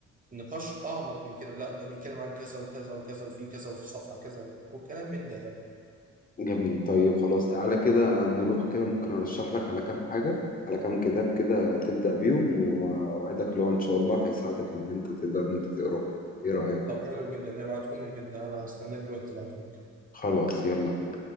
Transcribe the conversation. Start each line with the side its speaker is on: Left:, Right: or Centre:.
Right: نقاش أعمق من كده لا ده بيتكلم عن كذا وكذا وكذا وفي كذا وفي صفحة كذا وكلام من ده يعني
Left: جميل طيب خلاص تعالى كده نروح كده ممكن ارشح لك على كام حاجة على كام كتاب كده تبدأ بيهم واوعدك لو ان شاء الله هيساعدك ان انت تقدر ان انت تقراه ايه رأيك
Right: طب حلو جدا ابعتهم لي جدا أنا هستناك دلوقتي تبعتهم لي
Left: خلاص يلا بينا